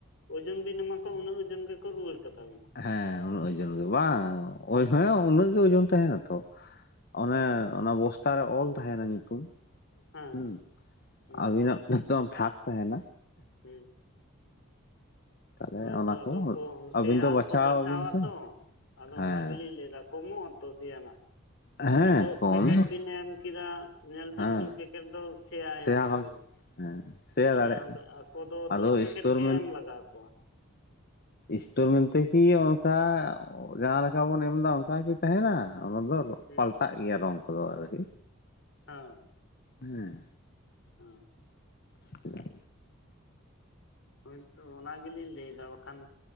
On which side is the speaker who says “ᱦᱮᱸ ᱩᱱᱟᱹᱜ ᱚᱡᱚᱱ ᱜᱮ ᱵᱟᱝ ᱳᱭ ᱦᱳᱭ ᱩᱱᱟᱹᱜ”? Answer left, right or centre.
Left